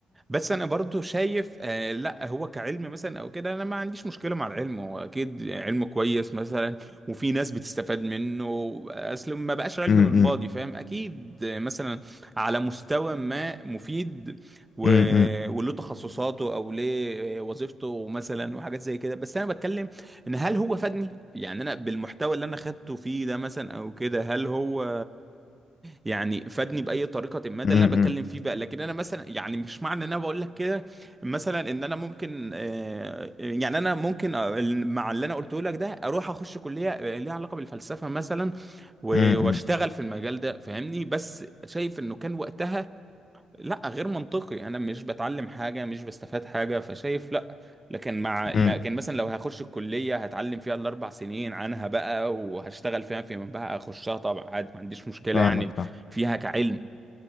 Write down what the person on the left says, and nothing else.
امم
امم امم
امم
امم
امم
فاهمك
فاهمك